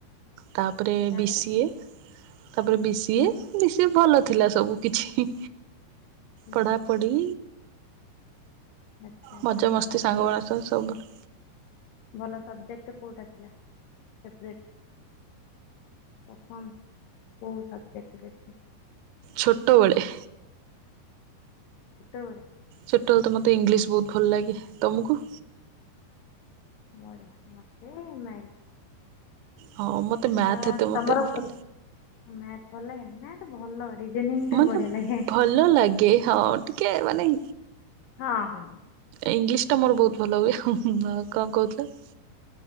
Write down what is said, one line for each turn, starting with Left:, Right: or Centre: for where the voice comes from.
Right: ତାପରେ
Left: ତାପରେ
Right: ବି ସି ଏ ତାପରେ ବି ସି
Left: ହୁଁ
Right: ଏ ବିି ସେ ଭଲ ଥିଲା ସବୁ କିିଛି।
Left: ହୁଁ।
Right: ପଢ଼ାପଢ଼ି
Left: ଆଛା
Right: ମଜାମସ୍ତି
Left: ତମର
Right: ସାଙ୍ଗମାନଙ୍କ
Left: ଭଲ
Right: ସହ ସବୁବେଳେ
Left: ଭଲ ସବଜେକ୍ଟ କୋଉଟା ଥିଲା ଫେବ୍ରେଟ୍? ପପମ୍ କୋଉ ଶବଜେକଟ
Right: ଛୋଟବଳେ
Left: ଛୁଟବେଳେ
Right: ଛୋଟଳେ ତ ମତେ ଇଂଲିଶ ବହୁତ୍ ଭଲ ଲାଗେ। ତମକୁ?
Left: ବଢିଆ ମତେ ଏମ୍ ଆଇଲ୍
Right: ହଁ ମୋତେ
Left: ଆଛା
Right: ମ୍ୟାଥ୍ ଏତେ ମୋତେ
Left: ତମର ଉ
Right: ଭଲ
Left: ମ୍ୟାଥ୍ ଭଲ ଲାଗେନି ମ୍ୟାଥ୍ ଭଲ ରିଜନିଂ ଟା
Right: ମାନେ
Left: ବଢିଆ ଲାଗେ।
Right: ଭଲ ଲାଗେ ହଁ ଟିକେ ମାନେ
Left: ହଁ ହଁ।
Right: ଇଂଲିଶ ଟା ମୋର ବହୁତ୍ ଭଲ ହୁଏ ହୁଁ ହୁଁ କଣ କହୁଥିଲ?